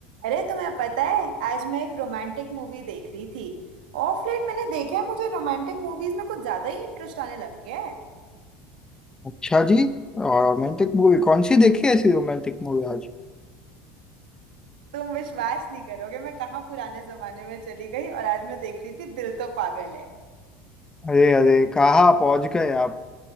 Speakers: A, on the right; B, on the left.
A: अरे तुम्हें पता है आज मैं एक रोमांटिक मूवी देख रही थी ऑफ लेट मैंने देखा है मुझे रोमांटिक मूवीज में कुछ ज्यादा ही इंटरेस्ट आने लग गया है
B: अच्छा जी Romantic movie कौन सी देखी ऐसी रोमांटिक मूवी आज
A: तुम विश्वास नहीं करोगे मैं कहाँ पुराने जमाने में चली गई और आज मैं देख रही थी दिल तो पागल है
B: अरे अरे कहाँ पहुंच गए आप